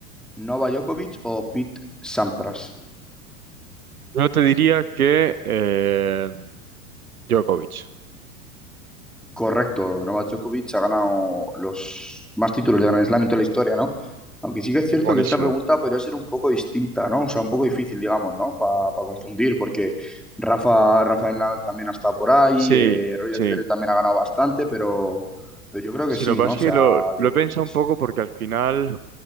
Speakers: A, in the centre; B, on the right.
A: Novak Djokovic o Pete Sampras?
B: Yo te diría que eh, Djokovic
A: Correcto, Novak Djokovic ha ganado los más títulos de Grand Slam en toda la historia, ¿no? Aunque sí que es
B: es
A: cierto
B: buenísimo.
A: que esta pregunta podría ser un poco distinta, ¿no? O sea, un poco difícil, digamos, ¿no? Para confundir, porque Rafa, Rafael Nadal también ha estado por ahí,
B: Sí,
A: eh, Roger
B: sí.
A: Federer también ha ganado bastante, pero, pero yo creo
B: Sí,
A: que sí,
B: lo que
A: ¿no?
B: pasa
A: O
B: es
A: sea,
B: que lo, lo
A: Djokovic.
B: he pensado un poco porque al final